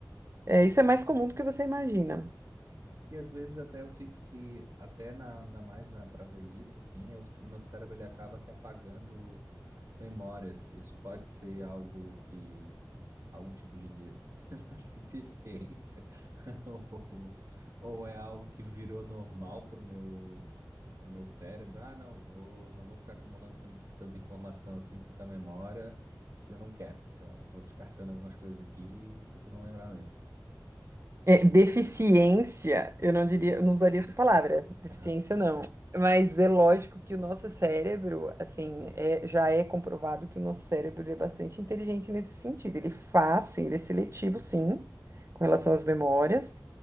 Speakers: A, on the right; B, on the right.
A: É, isso é mais comum do que você imagina.
B: E às vezes até eu sinto que, até na, na mais na para velhice, assim, eu, meu cérebro ele acaba que apagando memórias. Isso pode ser algo que, algum tipo de, de <laughs> sei lá, deficiência, <laughs> ou, ou é algo que virou normal pro meu, pro meu cérebro. Ah, não, vou, não vou ficar acumulando tanto, tanta informação assim, tanta memória, que eu não quero. Então, eu vou descartando algumas coisas aqui pra tu não lembrar mesmo.
A: É, deficiência, eu não diria, eu não usaria essa palavra, deficiência
B: Aham.
A: não. Mas é lógico que o nosso cérebro, assim, é- já é comprovado que o nosso cérebro é bastante inteligente nesse sentido. Ele faz, sim, ele é seletivo, sim, com relação às memórias.